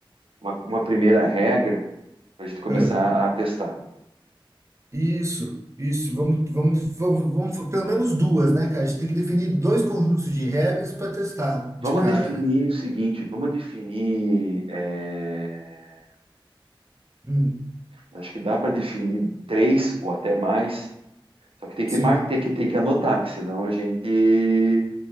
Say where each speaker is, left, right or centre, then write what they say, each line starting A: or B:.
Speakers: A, on the right; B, on the right.
A: uma, uma primeira regra para a gente começar
B: Ah,
A: a testar.
B: isso, isso. Vamos, vamos, vamos, vamos, fa- pelo menos duas, né, cara? A gente tem que definir dois conjuntos de regras para testar de
A: Vamos
B: cara,
A: definir
B: né?
A: o seguinte: vamos definir. é,
B: Hum,
A: acho que dá para definir três ou até mais. Só que tem que
B: sim.
A: mar- tem que tem que anotar, que senão a gente